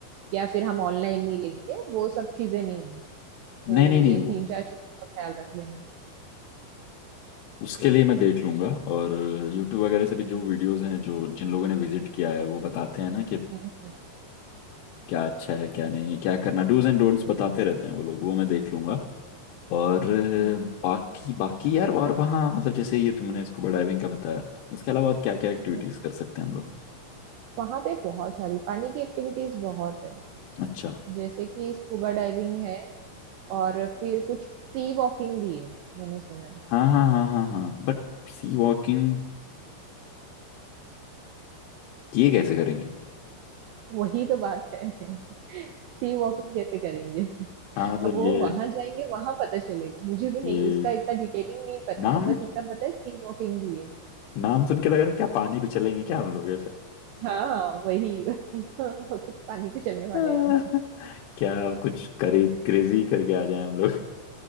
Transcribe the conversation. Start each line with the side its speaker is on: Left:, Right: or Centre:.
Right: या फिर हम ऑनलाइन नहीं लेंगे वो सब चीजें नहीं होनी चाहिए। तो
Left: नहीं नहीं नहीं
Right: ये
Left: वो
Right: तीन चार चीजों का ख्याल रख लेना
Left: उसके लिए मैं देख लूंगा और यूट्यूब वगैरह से भी जो वीडियोस हैं जो जिन लोगों ने विजिट किया है वो बताते हैं ना कि अ,
Right: हम्म हम्म
Left: क्या अच्छा है क्या नहीं है क्या करना डूज एंड डोंट्स बताते रहते हैं वो लोग वो मैं देख लूंगा और अ,
Right: ठीक
Left: बाकी बाकी यार और वहाँ मतलब जैसे ये तुमने स्कूबा डाइविंग का बताया उसके अलावा और क्या क्या एक्टिविटीज
Right: है
Left: कर सकते हैं हम लोग
Right: वहां पे बहुत सारी पानी की एक्टिविटीज बहुत है
Left: अच्छा
Right: जैसे कि स्कूबा डाइविंग है और फिर कुछ सी वॉकिंग भी है मैंने सुना है
Left: हाँ हाँ हाँ हाँ हाँ बट सी वॉकिंग ये कैसे करेंगे
Right: वही तो बात है <laughs> सी वॉकिंग कैसे करेंगे
Left: हाँ मतलब
Right: अब
Left: ये
Right: वो वहां जाएंगे वहां पता चलेगा मुझे भी
Left: ये
Right: नहीं उसका इतना डिटेलिंग नहीं पता
Left: नाम
Right: है बस इतना पता है सी वॉकिंग भी है
Left: नाम सुन के लग रहा है क्या पानी पे चलेंगे क्या हम लोग
Right: हाँ वही वही <laughs> कुछ पानी पे चलने वाले
Left: ऐसे
Right: हैं
Left: <laughs> क्या कुछ करी क्रेजी करके आ जाए हम लोग